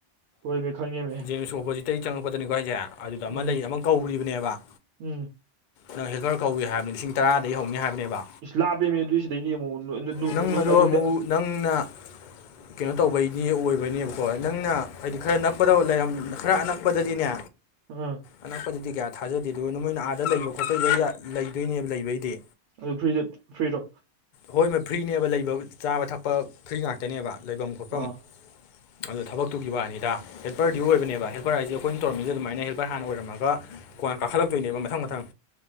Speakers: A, on the right (about 85°); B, on the left (about 60°).
A: ꯍꯣꯏꯃꯤ ꯈꯪꯉꯦꯃꯤ
B: ꯖꯦꯝꯁ ꯑꯣꯄꯣꯖꯤꯇꯩꯒꯤ ꯆꯪꯉꯛꯄꯗꯅꯤꯀꯣ ꯑꯩꯁꯦ ꯑꯗꯨꯗ ꯑꯃ
A: ꯎꯝ
B: ꯂꯩ ꯑꯃ ꯀꯧꯔꯤꯕꯅꯦꯕ
A: ꯎꯝ
B: ꯅꯪ ꯍꯦꯜꯄꯔ ꯀꯧꯋꯦ ꯍꯥꯏꯕꯅꯤ ꯂꯤꯁꯤꯡ ꯇꯔꯥꯗꯒꯤ ꯍꯧꯅꯤ ꯍꯥꯏꯕꯅꯦꯕ
A: ꯏꯁ ꯂꯥꯞꯄꯅꯦ ꯑꯗꯨꯏ ꯁꯤꯗꯩꯗꯤ ꯑꯃꯨꯛ ꯑꯅꯨ
B: ꯅꯪ
A: ꯅꯨ
B: ꯑꯗꯣ
A: ꯅꯨꯗ
B: ꯑꯃꯨꯛ ꯅꯪꯅ ꯀꯩꯅꯣ ꯇꯧꯕꯩꯗꯤ ꯑꯣꯏꯕꯅꯦꯕꯀꯣ ꯅꯪꯅ ꯍꯥꯏꯗꯤ ꯈꯔ ꯅꯛꯄꯗ ꯂꯩꯔꯝ ꯈꯔ ꯑꯅꯛꯄꯗꯗꯤꯅꯦ
A: ꯑꯥ
B: ꯑꯅꯛꯄꯗꯗꯤ ꯀꯌꯥ ꯊꯥꯖꯗꯦ ꯑꯗꯨꯒ ꯅ ꯃꯣꯏꯅ ꯑꯥꯗ ꯂꯩꯕ ꯈꯣꯠꯄ ꯂꯩꯗꯣꯏꯅꯦꯕ ꯂꯩꯕꯩꯗꯤ
A: ꯑꯗꯨ ꯐ꯭ꯔꯤꯗ ꯐ꯭ꯔꯤꯗꯣ
B: ꯍꯣꯏ ꯃ ꯐ꯭ꯔꯤꯅꯦꯕ ꯂꯩꯕ ꯆꯥꯕ ꯊꯛꯄ ꯐ꯭ꯔꯤ ꯉꯥꯛꯇꯅꯦꯕ ꯂꯩꯕꯝ ꯈꯣꯠꯄꯝ
A: ꯑꯥ
B: ꯑꯗꯣ ꯊꯕꯛꯇꯨꯒꯤ ꯋꯥꯅꯤꯗ ꯍꯦꯜꯄꯔꯗꯤ ꯑꯣꯏꯕꯅꯦ ꯍꯦꯜꯄꯔ ꯍꯥꯏꯖꯦ ꯑꯩꯈꯣꯏꯅ ꯇꯧꯔꯝꯃꯤꯁꯦ ꯑꯗꯨꯃꯅ ꯍꯦꯜ ꯔ ꯍꯥꯟꯅ ꯑꯣꯏꯔꯝꯃꯒ ꯀꯣꯟꯅ ꯀꯥꯈꯠꯂꯛꯇꯣꯏꯅꯦꯕ ꯃꯊꯪ ꯃꯊꯪ